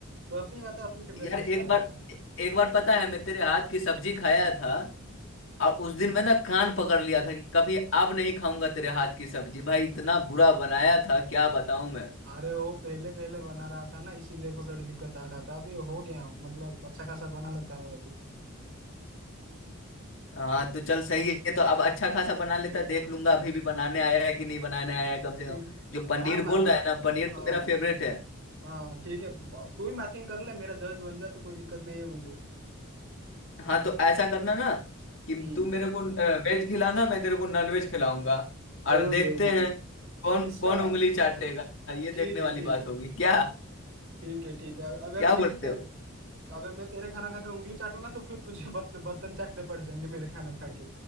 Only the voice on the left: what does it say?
यार
एक
बार
एक बार पता है मैं तेरे हाथ की सब्जी खाया था और उस दिन मैं ना कान पकड़ लिया था कि कभी अब नहीं खाऊंगा तेरे हाथ की सब्जी भाई इतना बुरा बनाया था क्या बताऊं मैं
हाँ तो चल सही है तो अब अच्छा खासा बना लेता देख लूंगा अभी भी बनाने आया है कि नहीं बनाने आया है कम
से कम जो पनीर
बोल रहा है ना पनीर
तो मेरा फेवरेट है
हाँ तो ऐसा करना ना कि
तू मेरे को वेज खिलाना मैं तेरे को नॉन वेज खिलाऊंगा
और देखते
हैं कौन
कौन उंगली चाटेगा ये देखने
वाली
बात
होगी क्या
क्या बोलते
हो